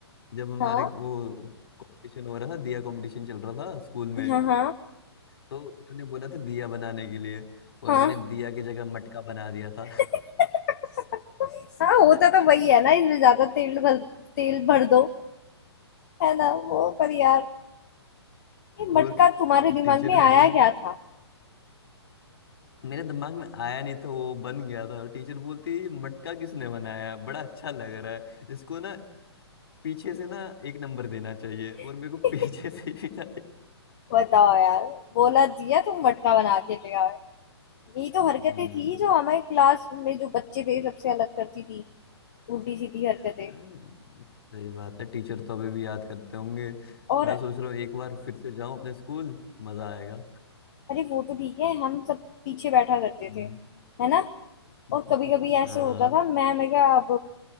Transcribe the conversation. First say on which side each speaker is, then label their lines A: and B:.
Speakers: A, on the left; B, on the left.
A: जब हमारे
B: हाँ
A: वो कंपटीशन हो रहा था दिया कंपटीशन चल रहा था स्कूल में
B: हाँ हाँ
A: तो उन्होंने बोला था दिया बनाने के लिए और
B: हाँ
A: मैंने दिया की जगह मटका बना दिया था
B: <laughs> हाँ होता
A: हाँ,
B: तो तो वही है ना इसमें ज्यादा तेल भर तेल भर दो है ना वो पर यार ये
A: और
B: मटका तुम्हारे दिमाग
A: टीचर
B: में
A: भी
B: आया
A: बोलती
B: क्या था
A: मेरे दिमाग में आया नहीं था वो बन गया था और टीचर बोलती "ये मटका किसने बनाया बड़ा अच्छा लग रहा है इसको ना पीछे से ना एक नंबर देना चाहिए और
B: <laughs>
A: मेरे को पीछे से ही मिला था।
B: बताओ यार बोला दिया तो मटका बना के ले आए यही तो हरकतें
A: हम्म
B: थी जो हमारे क्लास में जो बच्चे थे सबसे अलग करती थी उल्टी सीधी हरकतें
A: हाँ, सही बात है टीचर तो अभी भी याद करते होंगे
B: और
A: मैं सोच रहा हूँ एक बार फिर से जाऊं अपने स्कूल मजा आएगा
B: अरे वो तो ठीक है हम सब पीछे बैठा करते
A: हम्म
B: थे है ना
A: <laughs>
B: और कभी कभी ऐसे
A: हाँ
B: होता था मैं मैं क्या अब